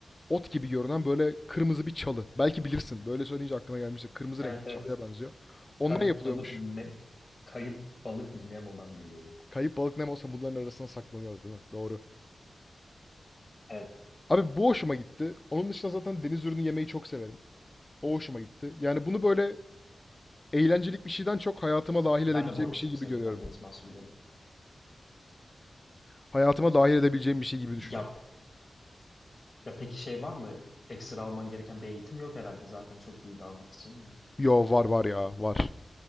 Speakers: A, on the left; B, on the left.
A: ot gibi görünen böyle kırmızı bir çalı. Belki bilirsin. Böyle söyleyince aklına gelmişse kırmızı
B: Evet
A: renkli
B: evet.
A: çalıya benziyor. Ondan
B: Kayıp
A: yapılıyormuş.
B: balık ne kayıp balık Nemo'dan biliyorum.
A: Kayıp balık ne olsa bunların arasına saklanıyor değil mi? Doğru.
B: Evet.
A: Abi bu hoşuma gitti. Onun dışında zaten deniz ürünü yemeyi çok severim. O hoşuma gitti. Yani bunu böyle eğlencelik bir şeyden çok hayatıma dahil
B: Ben
A: edebileceğim
B: de bu arada
A: bir şey
B: çok
A: gibi
B: severim
A: görüyorum.
B: ya deniz mahsullerini.
A: Hayatıma dahil edebileceğim bir şey gibi düşünüyorum.
B: Ya Ya peki şey var mı? Ekstra alman gereken bir eğitim yok herhalde. Zaten çok iyi dalgıçsın ya.
A: Yo var var ya var.